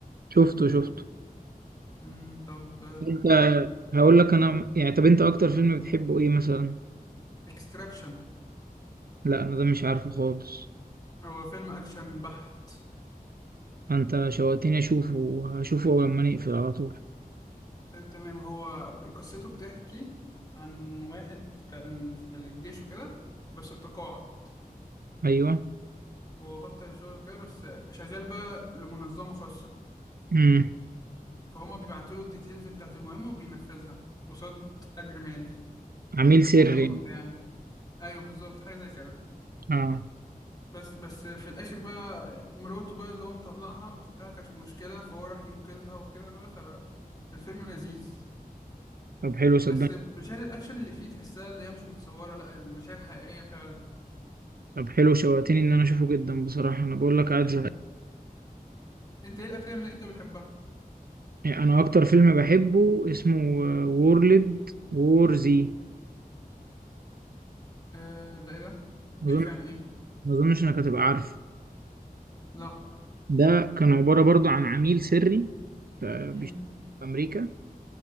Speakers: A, on the right; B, on the left.
A: شفته شفته.
B: امم طب
A: انت هقول لك انا يعني طب انت اكتر فيلم بتحبه ايه مثلا
B: اكستراكشن
A: لا انا ده مش عارفه خالص
B: هو فيلم اكشن بحت
A: انت شوقتني اشوفه وهشوفه لما نقفل على طول
B: آه، تمام هو ب- قصته بتحكي عن واحد كان في الجيش وكده بس اتقاعد
A: ايوه
B: هو بطل شغله كده بس شغال بقى لمنظمه خاصه
A: امم
B: فهما بيبعتوا له الديتيلز بتاعت المهمه وبينفذها قصاد اجر مالي
A: عميل سري
B: مرتزقه
A: يعني.
B: يعني ايوه بالظبط حاجه زي كده
A: اه
B: بس بس في الاخر بقى مراته بقى اللي هو مطلقها اختها كانت في مشكله فهو راح ينقذها وكده بقى فالفيلم لذيذ
A: طب حلو صدقني
B: بس مشاهد الاكشن اللي فيه تحسها اللي هي مش متصوره لا المشاهد حقيقيه فعلا
A: طب حلو شوقتني ان انا اشوفه جدا بصراحه انا بقول لك قاعد
B: مم.
A: زهقان
B: انت ايه الافلام اللي انت بتحبها
A: انا أنا اكتر فيلم بحبه اسمه وورلد وور زي
B: آه ده ايه ده بيحكي
A: ما اظن
B: عن ايه
A: ما اظنش انك هتبقى عارفه
B: لا
A: ده كان عباره برضو عن عميل سري ف-
B: مم.
A: بيشتغل في امريكا